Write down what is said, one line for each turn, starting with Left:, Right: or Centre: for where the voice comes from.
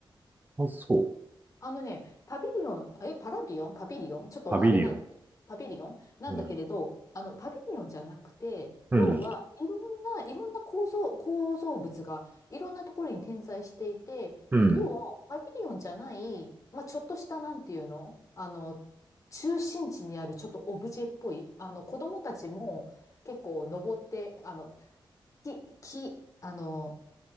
Right: あ、そう。
Left: あのね、パビリオン、え、パラビオンパビリオンちょっとあれなんだ、
Right: パビリオン。
Left: パビリオンなんだけれど、
Right: うん。
Left: あの、パビリオンじゃなくて、
Right: うん。
Left: 要はいろんな、いろんな構造、構造物がいろんなところに点在していて、
Right: うん。
Left: 要はパビリオンじゃない、まあ、ちょっとしたなんていうのあの、中心地にあるちょっとオブジェっぽい、あの、子供たちも結構登って、あの、木、木、あの、